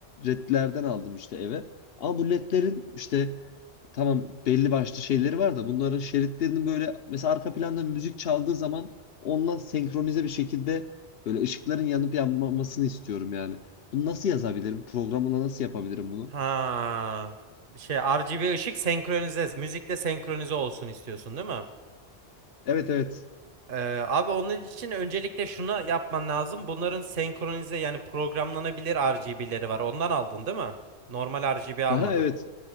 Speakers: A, on the left; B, on the right.
A: ledlerden aldım işte eve. Ama bu ledlerin işte tamam belli başlı şeyleri var da bunların şeritlerinin böyle mesela arka planda müzik çaldığı zaman onunla senkronize bir şekilde böyle ışıkların yanıp yanmamasını istiyorum yani. Bunu nasıl yazabilirim? Programla nasıl yapabilirim bunu?
B: Ha. Şey RGB ışık senkronize, müzikle senkronize olsun istiyorsun değil mi?
A: Evet evet.
B: Ee, abi onun için öncelikle şunu yapman lazım. Bunların senkronize yani programlanabilir RGB'leri var. Ondan aldın değil mi? Normal RGB almadın.
A: Aha, evet.